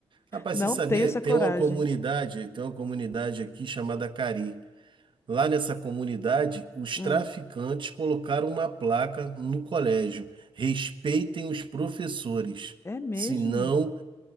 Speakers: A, on the right; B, on the left.
A: Rapaz,
B: Não
A: você sabia,
B: tenho essa
A: tem
B: coragem.
A: uma comunidade, tem uma comunidade aqui chamada Cari. Lá nessa comunidade, os
B: Hum,
A: traficantes colocaram uma placa no colégio: respeitem os professores,
B: é mesmo?
A: senão